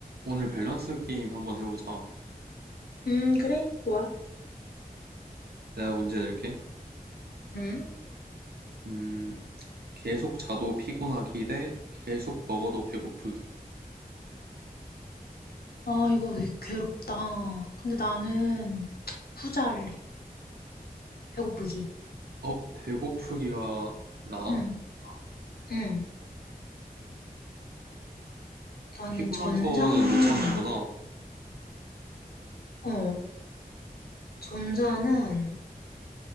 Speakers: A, on the right; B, on the left.
A: 오늘 밸런스 게임 한번 해보자.
B: 음, 그래. 좋아.
A: 내가 문제 낼게.
B: 응
A: 음, 계속 자도 피곤하기 대 계속 먹어도 배고프기.
B: 아, 이거 왜 괴롭다. 근데 나는 후자 할래. 배고프기.
A: 어, 배고프기가 나?
B: 응, 응. 나는
A: 피곤한
B: 전자는,
A: 거는 못 참는구나.
B: 어, 전자는